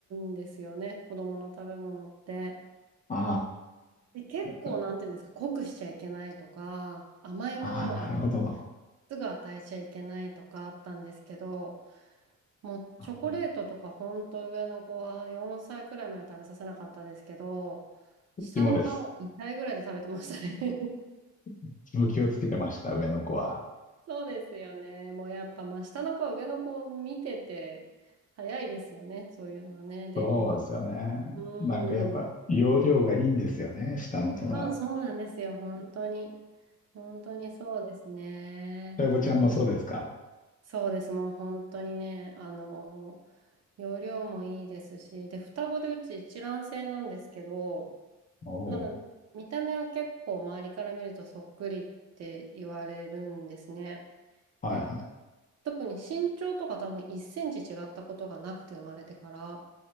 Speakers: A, on the right; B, on the left.
A: んですよね、子供の食べ物って。
B: あ
A: で、結構、
B: ー、
A: なんていうんですか、濃くしちゃいけないとか、甘いものは
B: あー、なるほど。
A: すぐ与えちゃいけないとかあったんですけど、もうチョコレートとか、
B: あ
A: ほんと上の子は4歳くらいまで食べさせなかったですけど、
B: うちもです。
A: 下の子はもう2歳ぐらいで食べてましたね。
B: うちも気をつけてました、上の子は。
A: そうですよね。もうやっぱ真下の子、上の子を見てて、早いですよね。そういうのはね、デビューが。
B: そうですよね。
A: うん。
B: なんかやっぱ容量がいいんですよね、下の子は。
A: あ、そうなんですよ。本当に。本当にそうですね。
B: 双子ちゃんもそうですか
A: たくましい。そうです。もう本当にね、あの、容量もいいですし、で、双子でうち一卵性なんですけど、
B: おおー。
A: なので、見た目は結構周りから見るとそっくりって言われるんですね。
B: はいはい。
A: で、特に身長とか多分1センチ違ったことがなくて生まれてから、